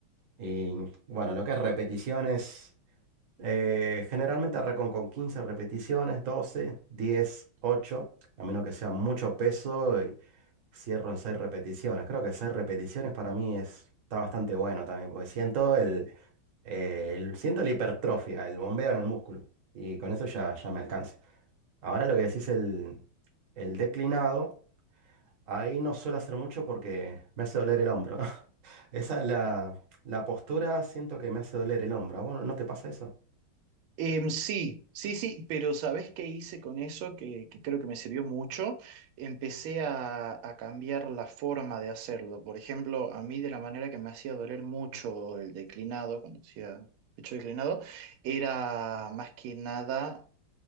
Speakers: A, on the right (about 50°); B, on the right (about 75°).
A: Y bueno, lo que es repeticiones, eh, generalmente arranco con 15 repeticiones, doce diez ocho a menos que sea mucho peso y cierro en 6 repeticiones. Creo que 6 repeticiones para mí es, está bastante bueno también, porque siento el, eh, el- siento la hipertrofia, el bombeo en el músculo, y con eso ya, ya me alcanza. Ahora lo que decís el, el declinado, ahí no suelo hacer mucho porque me hace doler el hombro. <laughs> Esa, la, la postura siento que me hace doler el hombro. Bueno, ¿no no te pasa eso?
B: Em, sí, sí, sí, pero ¿sabés qué hice con eso? Que, que creo que me sirvió mucho. Empecé a, a cambiar la forma de hacerlo. Por ejemplo, a mí de la manera que me hacía doler mucho el declinado, cuando hacía pecho declinado, era más que nada